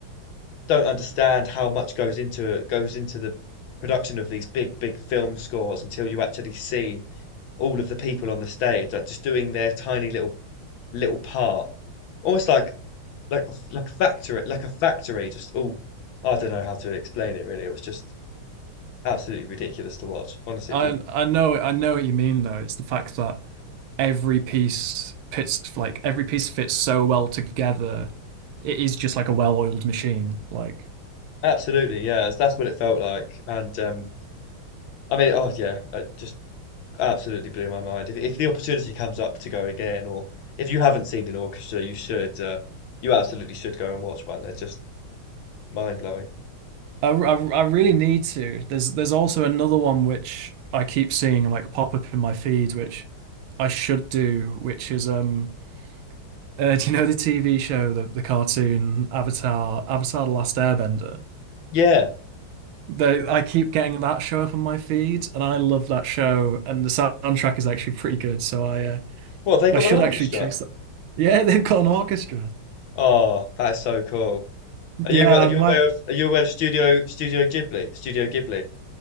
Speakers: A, on the left (about 70°); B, on the right (about 80°).
A: don't understand how much goes into goes into the production of these big, big film scores until you actually see all of the people on the stage, like just doing their tiny little little part. Almost like like like factory like a factory just all I don't know how to explain it really it was just absolutely ridiculous to watch honestly
B: I
A: it blew me
B: I know I know what you mean though. It's the fact that every piece fits like every piece fits so well together. It is just like a well-oiled machine. Like
A: absolutely yeah that's, what it felt like and um I mean oh yeah it just absolutely blew my mind if if the opportunity comes up to go again or if you haven't seen an orchestra you should uh, you absolutely should go and watch one they're just mind blowing
B: I, I, I really need to. There's there's also another one which I keep seeing like pop up in my feed, which I should do, which is um <laughs> uh, do you know the TV show the the cartoon Avatar Avatar The Last Airbender?
A: yeah
B: They, I keep getting that show up on my feed, and I love that show. And the soundtrack is actually pretty good, so I uh,
A: what they
B: I
A: got
B: should
A: an orchestra
B: actually chase that. Yeah, <laughs> they've got an orchestra.
A: oh that's so cool are
B: Yeah,
A: you uh, are
B: I
A: you
B: might.
A: aware of are you aware of Studio Studio Ghibli Studio Ghibli